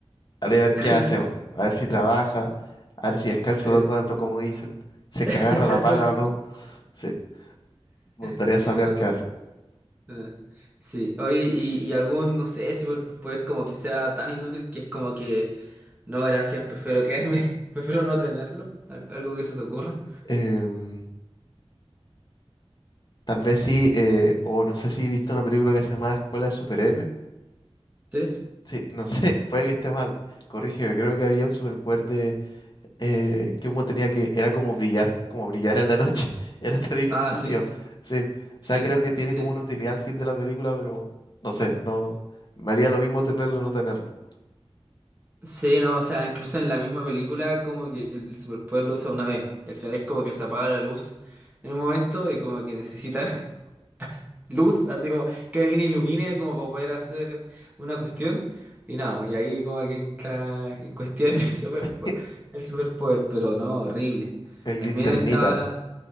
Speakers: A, on the left (about 45°); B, on the right (about 15°).
A: Haría ver qué hace,
B: <laughs>
A: weón. A ver si trabaja, a ver si descansa
B: Sí.
A: tanto como dicen, si es
B: <laughs>
A: que agarra la pala o no. Sí, me gustaría
B: Sí,
A: saber
B: no.
A: qué hace.
B: no, eh, Sí. Oye, y, y algún, no sé, superpoder como que sea tan inútil que es como que, no, gracias, prefiero quedarme, <laughs> prefiero no tenerlo. Al- Algo que se te ocurra.
A: Em, tal vez sí, eh, o no sé si viste una película que se llama Escuela de Superhéroes.
B: ¿Sí?
A: Sí, no sé, <laughs> puede que esté mal. Corrígeme, creo que había un superpoder de eh, que uno tenía que, era como brillar, como brillar en la noche. <laughs> Era terrible,
B: Ah,
A: estúpido.
B: sí.
A: Sí. O
B: Sí.
A: sea, creo que tiene
B: Sí.
A: como una utilidad al fin de la película, pero no sé, no. Me haría lo mismo tenerlo o no tenerlo.
B: Sí, no, o sea, incluso en la misma película como que el superpoder lo usa una vez y al final es como que se apaga la luz en un momento y como que necesitan <laughs> luz, así como que alguien ilumine como para poder hacer una cuestión y nada, pues, y ahí como que entra en cuestión el superpoder,
A: <laughs>
B: el superpoder, pero no, horrible.
A: El
B: También
A: linternita.
B: estaba,